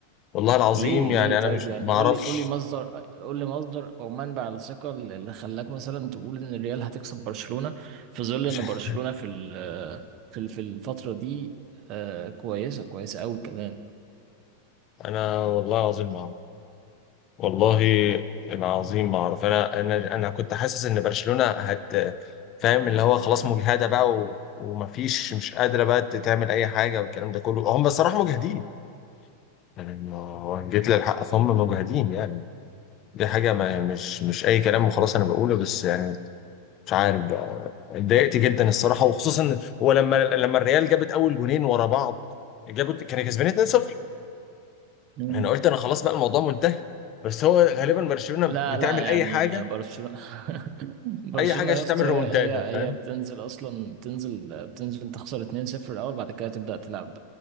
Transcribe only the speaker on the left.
والله العظيم
يعني
انا
مش
ما اعرفش
مش
ح-
انا والله العظيم ما أعرف. والله العظيم ما اعرف انا انا انا كنت حاسس ان برشلونة هت فاهم اللي هو خلاص مجهدة بقى و... ومفيش مش قادرة بقى تعمل اي حاجة والكلام ده كله هم بصراحة مجهدين يعني ما هو جيت للحق فهم مجهدين يعني دي حاجة ما مش مش اي كلام وخلاص انا بقوله بس يعني مش عارف بقى اتضايقت جدا الصراحة وخصوصا هو لما لما الريال جابت اول جونين ورا بعض جابوا كانوا كسبانين 2-0
انا قلت انا خلاص بقى الموضوع منتهي بس هو غالبا برشلونة
بتعمل
اي حاجة
اي حاجه عشان
تعمل ريمونتادا
فاهم